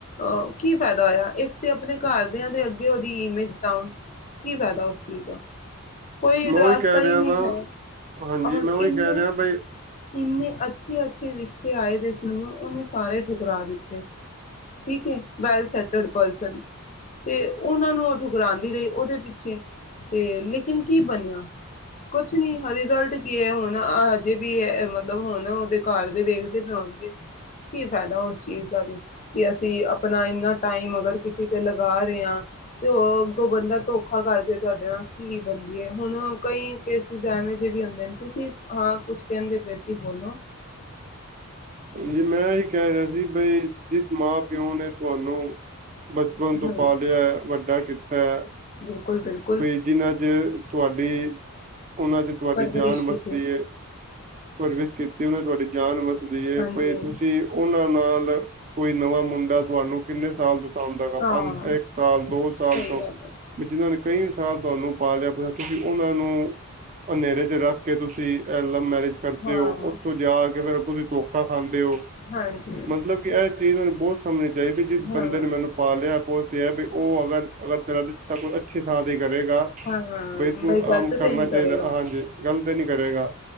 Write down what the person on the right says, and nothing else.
ਮੈਂ
ਉਹੀ ਕਹਿ ਰਿਹਾ
ਵਾਂ
ਹਾਂਜੀ
ਮੈਂ
ਉਹੀ ਕਹਿ ਰਿਹਾ ਬਈ
ਜੀ ਮੈਂ ਏ ਕੈ ਰਿਆ ਸੀ ਬਈ ਜਿਸ ਮਾਂ ਪਿਓ ਨੇ ਤੁਆਨੂੰ ਬਚਪਨ ਤੋਂ
ਪਾਲੇਐ ਵੱਡਾ ਕੀਤੈ-
ਬਈ ਜਿਨ੍ਹਾਂ ਚ ਤੁਆਡੀ ਓਨਾਂ ਚ ਤੁਆਡੀ
ਜਾਨ
ਵਸਦੀ ਏ। ਪਰਵਿਸ਼ ਕੀਤੀ ਓਨਾਂ ਚ ਤੁਆਡੀ ਜਾਨ ਵੱਸਦੀ ਏ
ਬਈ ਤੁਸੀਂ ਓਨਾਂ ਨਾਲ ਕੋਈ ਨਵਾਂ ਮੁੰਡਾ ਤੁਆਨੂੰ ਕਿੰਨੇ ਸਾਲ ਤੋਂ ਪਸੰਦ ਹੈਗਾ
ਪੰਜ, ਇੱਕ ਸਾਲ ਦੋ ਸਾਲ
ਤੋਂ
ਵੀ ਜਿਨਾਂ ਨੇ ਕਈ ਸਾਲ ਤੁਹਾਨੂੰ ਪਾਲੇਆ ਬਈ ਤੁਸੀਂ ਓਨਾਂ ਨੂੰ ਹਨੇਰੇ ਚ ਰੱਖ ਕੇ ਤੁਸੀਂ ਲਵ ਮੈਰਿਜ ਕਰਦੇ
ਓਂ, ਓਥੋਂ ਜਾ ਕੇ ਫੇਰ ਤੁਸੀਂ ਧੋਖਾ ਖਾਂਦੇ ਓਂ।
ਮਤਲਬ ਕਿ ਇਹ ਚੀਜ਼ ਮੈਨੂੰ ਬਹੁਤ ਸਮਝਣੀ ਚਾਹੀਦੀ ਜਿਸ
ਬੰਦੇ ਨੇ ਮੈਨੂੰ ਪਾਲਿਆ ਪੋਸ ਹੈ ਵੀ ਉਹ ਅਗਰ-ਅਗਰ ਤੇਰਾ ਰਿਸ਼ਤਾ ਕੋਈ ਅੱਛੀ ਥਾਂ ਦੀ ਕਰੇਗਾ
ਬਈ ਤੂੰ
ਆਮ
ਕਰਨਾ
ਚਾਹੀਦਾ
ਹਾਂਜੀ। ਗਲਤ ਤੇ ਨੀ ਕਰੇਗਾ